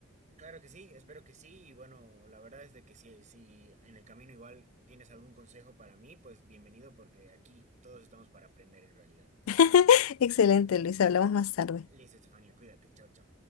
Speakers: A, on the right; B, on the left.
A: Claro que sí, espero que sí y bueno, la verdad es de que si, si en el camino igual tienes algún consejo para mí, pues bienvenido porque aquí todos estamos para aprender en realidad.
B: <laughs> Excelente, Luis, hablamos más tarde.
A: Listo, Estefanía, cuídate, chao, chao.